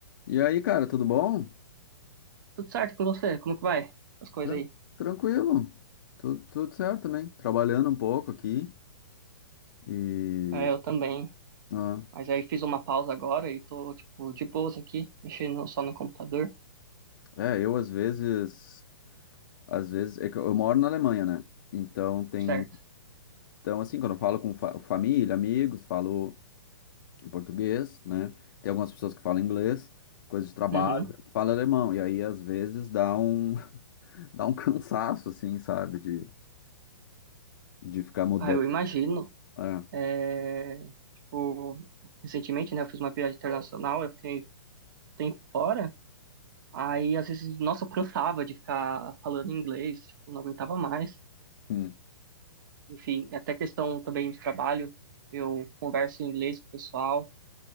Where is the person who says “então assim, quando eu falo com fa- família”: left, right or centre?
Left